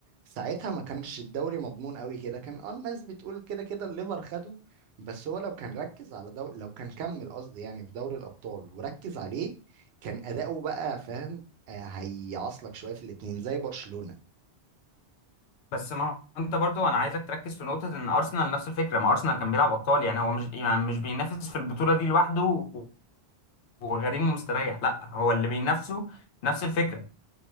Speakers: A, on the right; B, on the left.
A: ساعتها ما كانش الدوري مضمون قوي كده كان اه الناس بتقول كده كده الليفر خده بس هو لو كان ركز على دو... لو كان كمل قصدي يعني في دوري الأبطال وركز عليه كان أداؤه بقى فاهم آه، هيعصلك شوية في الاتنين زي برشلونة
B: بس ما انت برضو انا عايزك تركز في نقطه ان ارسنال نفس الفكره ما ارسنال كان بيلعب ابطال يعني هو مش يعني مش بينافس في البطوله دي لوحده وغريم ومستريح لا هو اللي بينافسه نفس الفكره